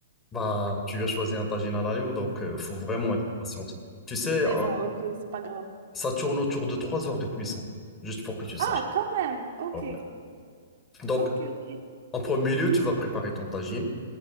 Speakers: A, on the left; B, on the right.
A: Bah, tu vas choisir un tagine à l'agneau, donc il faut vraiment être patiente. Tu sais,
B: C'est
A: euh,
B: bon, ok, c'est pas grave.
A: ça tourne autour de trois heures de cuisson, juste pour que tu saches.
B: Ah, quand même, ok,
A: Ouais. Donc,
B: ok, ok.
A: en premier lieu, tu vas préparer ton tagine.